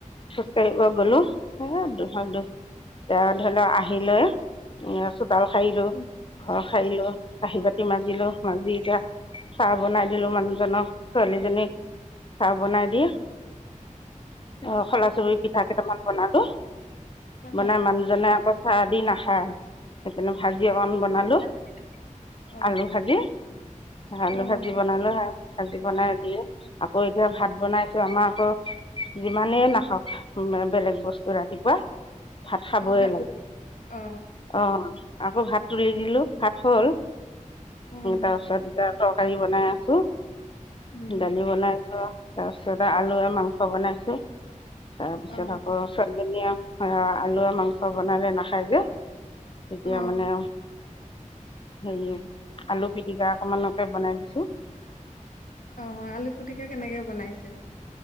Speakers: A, on the left; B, on the left.
A: খোজ কাঢ়িবৈ গলো তেওঁ ধৰি লওক আহি লৈ। এ চোতাল খাইিলো
B: উম
A: ঘৰ খাইিলো কাঁহি বাতি মাজিলো মাজি এতিয়া। চাহ বনাই দিলো মানুহজনক ছোৱালীজনীক চাহ বনাই দি। অ খলা চৰি পিঠা কেইটামান বনালো
B: অ
A: বনাই মান। জনে আকৌ চাহ দি নাখায় সেইকাৰণে ভাজি অকণ বনাই।
B: আজি অ
A: আলু ভাজি আলু
B: অ
A: ভাজি বনালো। আাজি বনাই দিয়ে আকৌ এতিয়া ভাত বনাইছো আমাৰ আকৌ। যিমানেই নাখাওক, বেলেগ বস্তু ৰাতিপুৱা। ভাত খাবয়ে
B: আকৌ ভাতো
A: লাগে
B: অ
A: অ' আকৌ ভাত তুলি দিলো, ভাত হ'ল
B: উম
A: তাৰপাছত এয়া তৰকাৰী বনাই আছো,
B: উম
A: দালি বনাইছো তাৰপিছতে আলুয়ে মাংস বনাইছো, তাৰপিছত
B: অ
A: আকৌ ছোৱালীজনীয়ে আলুুৱে মাংস বনালে নাখায় যে তেতিয়া
B: অ
A: মানে হেৰি, আলু পিটিকা অকমানকে বনাই দিছো
B: অ' আলু পিটিকা কেনেকে বনাইছে